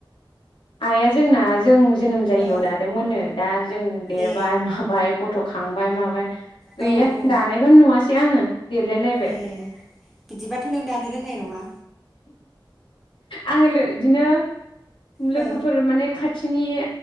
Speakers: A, on the left (about 75°); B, in the centre.
A: आइया जोंना जों जोनोम जायैयाव
B: ओ
A: दादोंमोननो दा जों देरबाय
B: ए
A: माबाय गथ' खांबाय माबाय गैया
B: औ औ
A: दानायखौनो नुवासै आङो देरलायलायबाय
B: ए बिदिबाथ' नों दानो रोंनाय नङा
A: आङो बिदिनो लोगोफोर
B: ओ
A: माने खाथिनि